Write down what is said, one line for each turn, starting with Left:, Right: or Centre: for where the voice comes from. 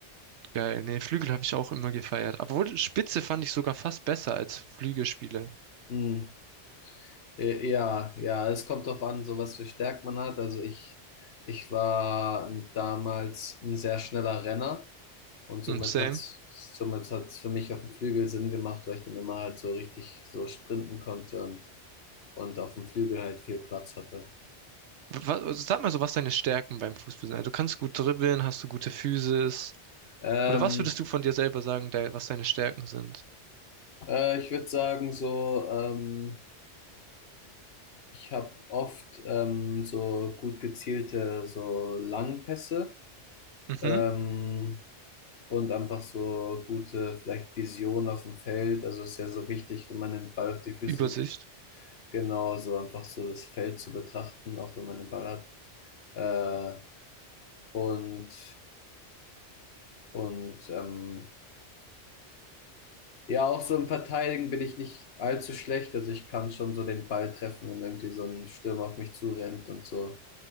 Right: geil. Nee, Flügel habe ich auch immer gefeiert. Obwohl, Spitze fand ich sogar fast besser als Flügelspieler.
Left: Mhm. Äh, Ja, ja, es kommt drauf an, so was für Stärken man hat. Also ich, ich war damals ein sehr schneller Renner und somit
Right: Hm, same.
Left: hat's, somit hat's für mich auf dem Flügel Sinn gemacht, weil ich dann immer halt so richtig so sprinten konnte und, und auf dem Flügel halt viel Platz hatte.
Right: Wa- sag mal so, was deine Stärken beim Fußball sind. Also, du kannst gut dribbeln, hast du gute Physis.
Left: Ähm,
Right: Oder was würdest du von dir selber sagen, de was deine Stärken sind?
Left: äh, ich würde sagen, so, ähm, ich habe oft ähm, so gut gezielte, so Langpässe.
Right: Mhm,
Left: Ähm, und einfach so gute, vielleicht Vision auf dem Feld. Also ist ja so wichtig, wenn man den Ball auf die Füße,
Right: Übersicht.
Left: genau, so einfach so das Feld zu betrachten, auch wenn man den Ball hat. Äh, und und ähm, ja, auch so im Verteidigen bin ich nicht allzu schlecht. Also ich kann schon so den Ball treffen, wenn irgendwie so ein Stürmer auf mich zurennt und so.